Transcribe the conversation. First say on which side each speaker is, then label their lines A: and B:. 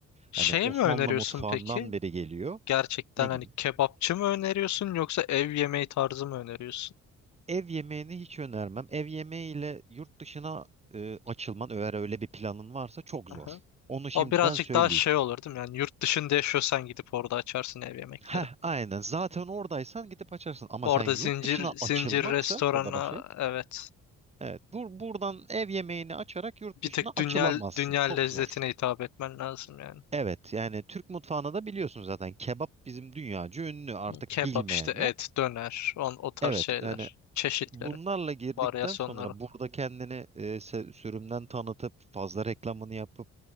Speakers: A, on the left; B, on the right.
A: Şey
B: Hani Osmanlı
A: mi öneriyorsun
B: mutfağından
A: peki?
B: beri geliyor.
A: gerçekten
B: Ne gibi?
A: hani kebapçı mı öneriyorsun yoksa ev yemeği tarzı mı öneriyorsun?
B: Ev yemeğini hiç önermem. Ev yemeğiyle yurt dışına e, açılman eğer öyle bir planın varsa çok
A: Aha.
B: zor. Onu şimdiden
A: O birazcık
B: söyleyeyim.
A: daha şey olur değil mi? Yani yurt dışında yaşıyorsan gidip orada açarsın ev yemekleri.
B: Heh, aynen. Zaten oradaysan gidip açarsın. Ama
A: Orada
B: sen yurt
A: zincir
B: dışına
A: zincir
B: açılmaksa
A: restorana
B: burada başlayıp.
A: evet.
B: Evet, bu buradan ev yemeğini açarak yurt
A: Bir
B: dışına
A: tek
B: açılamazsın.
A: dünya dünya
B: Çok
A: lezzetine
B: zor.
A: hitap etmen lazım yani.
B: Evet, yani Türk mutfağını da biliyorsun zaten. Kebap bizim dünyaca ünlü. Artık
A: Kebap
B: bilmeyen
A: işte et,
B: yok.
A: döner, on o tarz
B: Evet,
A: şeyler,
B: yani
A: çeşitleri,
B: Bunlarla girdikten
A: varyasyonları.
B: sonra burada kendini e, se- sürümden tanıtıp fazla reklamını yapıp